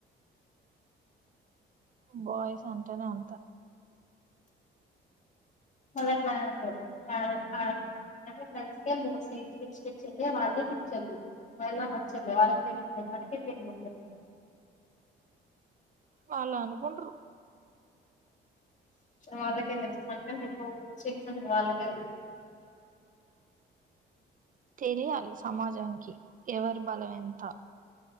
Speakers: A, on the right; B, on the left.
A: బాయ్స్ అంటేనే అంత
B: మళ్ళట్ల అనద్దు <unintelligible> ంగే వాళ్ళే పిచ్చోళ్ళు. వాళ్ళ మంచచోల్లే వాళ్ళకి తేలీదు మనకి తేలిసేది ముందే
A: వాళ్ళ అనుకుంటరు.
B: వాళ్ళకేం తెలుసు మనకంటే ఎక్కువ సెన్స్ ఆఫ్ హ్యూమర్ వాళ్ళకే ఉంది.
A: తెలియాలి సమాజానికి ఎవరి బలం ఎంత